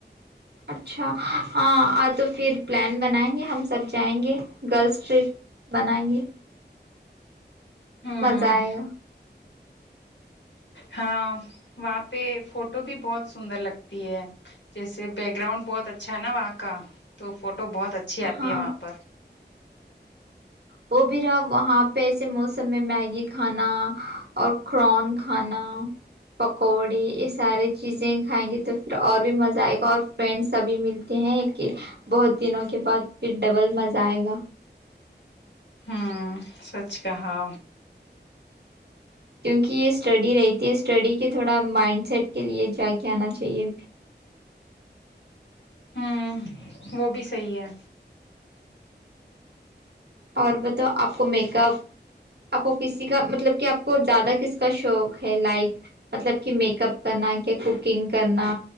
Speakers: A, on the right; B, on the left.
A: اچھا ہاں تو پھر پلان بنائیں گے ہم سب جائیں گے گرلس ٹرپ بنائیں گے
B: ہوں
A: مزہ آئے گا
B: ہاں وہاں پہ فوٹو بھی بہت سندر لگتی ہے جیسے بیک گراؤنڈ بہت اچھا ہے نا وہاں کا تو فوٹو بہت اچھا اچھی آتی
A: ہاں
B: ہے وہاں پر
A: وہ بھی رہا وہاں پہ ایسے موسم میں میگی کھانا اور قرن کھانا پکوڑے اس سارے چیزیں کھائیں گے تو پھر اور بھی مزہ آئے گا اور فرینڈ سبھی ملتے ہیں کہ بہت دنوں کے بعد پھر ڈبل مزہ آئے گا
B: ہوں سچک ہا
A: کیونکہ اس اسٹڈی رہتی ہے اسٹڈی کے تھوڑا مائنڈ سیٹ کے لیے جا کے آنا چاہیے
B: ہوں وہ بھی صحی ہے
A: اور بتا آپ کو میک اپ آپ کو کس کا مطلب کہ آپ کو زیادہ کس کا شوق ہے لائک مطلب کہ میک اپ کرنا کیاک نگ کرنا